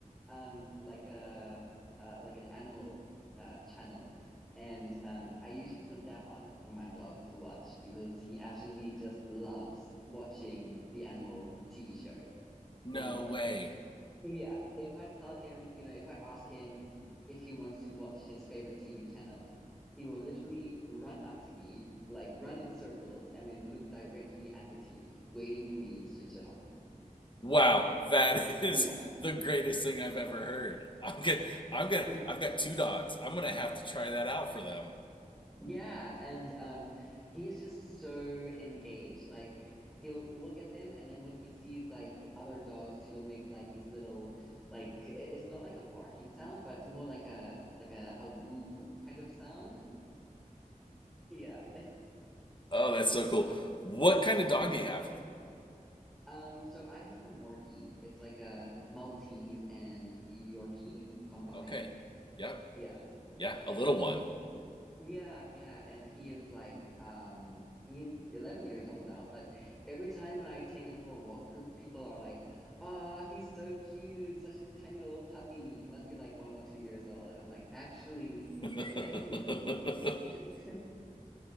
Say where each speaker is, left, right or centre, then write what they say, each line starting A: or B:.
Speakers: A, in the centre; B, on the left.
A: um like a uh like an animal uh channel. And um, I usually put that on for my dog to watch because he absolutely just loves watching the animal TV show.
B: No
A: Like
B: way!
A: yeah, if I tell him, you know, if I ask him if he wants to watch his favorite TV channel, he will literally run up to me, like run in circles, and then look directly at the TV, waiting for me to switch it on.
B: Wow, that <laughs> is
A: Yeah.
B: the greatest thing I've ever heard. I'm gonna, I'm gonna,
A: <laughs>
B: I've got two dogs. I'm gonna have to try that out for them.
A: Yeah, and um he's just so engaged. Like he'll look at them and then when he sees like other dogs, he'll make like his little like i- it's not like a barking sound, but it's more like a like a, a woo kind of sound. Yeah.
B: Oh, that's
A: <laughs>
B: so cool. What kind of dog do you have?
A: Um, so I have a Morkie. It's like a Maltese and Yorkie combined.
B: Okay. Yep.
A: Yeah.
B: Yeah,
A: Um,
B: a little one.
A: yeah, yeah. And he is like, um, he's 11 years old now, but every time when I take him for a walk, pe people are like, "Ah, he's so cute, such a tiny little puppy. He must be like one or two years old." I'm like, "Actually, he's
B: <laughs>
A: 11." <laughs>